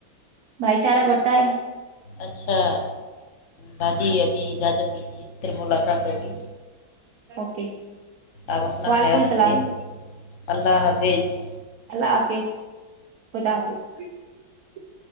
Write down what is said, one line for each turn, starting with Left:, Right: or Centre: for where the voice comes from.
Right: بھائی چارہ بڑتا ہے
Left: اچھا باجی ابھی اجازت دیجیے پھر ملاقات ہوگی
Right: اوکے
Left: آپ اپنا
Right: وعلیکم
Left: خیال رکھیے
Right: السلام
Left: اللہ حافظ
Right: اللہ حافظ خدپ <unintelligible>